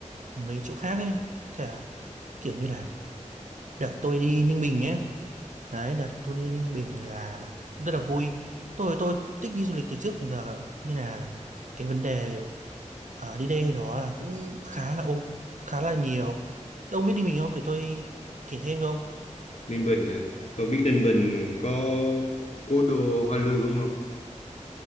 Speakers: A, on the right (about 75°); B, on the left (about 60°).
A: mấy chỗ khác ấy. Thế là kiểu như là đợt tôi đi Ninh Bình nhé. Đấy, đợt tôi đi Ninh Bình là rất là vui. Tôi tôi thích đi du lịch từ trước đến giờ nên là cái vấn đề ở đi đây đó là cũng khá là ô khá là nhiều. Thế ông biết Ninh Bình không? Để tôi kể thêm cho ông.
B: Ninh Bình. nè. Tôi biết Ninh Bình có cố đô Hoa Lư đúng không?